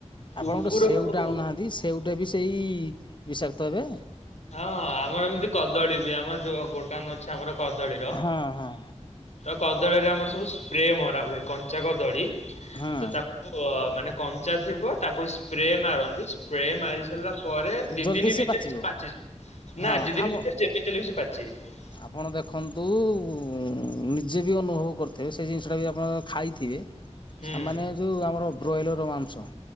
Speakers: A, on the left (about 75°); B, on the left (about 45°).
A: କୁକୁରକୁ
B: ଆପଣ ଗୋଟେ ସେଉ ଟେ
A: ହଁ
B: ଆଣୁନାହା ତି ସେଉ ଟା ବି ସେଇ ବିଷାକ୍ତ ଏବେ।
A: ହଁ ଆମର ଏମିତି କଦଳୀ ବି ଆମର ଯୋଉ ଗୋଡାନ ଅଛି ଆମର କଦଳୀର।
B: ହଁ ହଁ
A: ତ କଦଳୀରେ ଆମର ସବୁ ସ୍ପ୍ରେ ମରା ହୁଏ କଞ୍ଚା କଦଳୀ
B: ହଁ
A: ତ ତାକୁ ଅ, ମାନେ କଞ୍ଚା ଥିବ ତାକୁ ସ୍ପ୍ରେ ମାରନ୍ତି, ସ୍ପ୍ରେ ମାରି ସାରିଲା ପରେ ଦି
B: ଜଲ୍ଦି
A: ଦିନ
B: ସିଏ
A: ଭିତରେ
B: ପାଚିବ
A: ସେ ନା
B: ହଁ
A: ଦି ଦିନ
B: ଆମ
A: ଭିତରେ ଯେମିତି ହେଲେ ସେ ପାଚି ଯାଇଥିବ।
B: ଆପଣ ଦେଖନ୍ତୁ ଉ, ନିଜେ ବି ଅନୁଭବ କରିଥିବେ ସେ ଜିନିଷଟା ବି ଆପଣ ଖାଇଥିବେ।
A: ହୁଁ
B: ସାମାନ୍ୟ ଯୋଉ ଆମର ବ୍ରଏଲର ମାଂସ।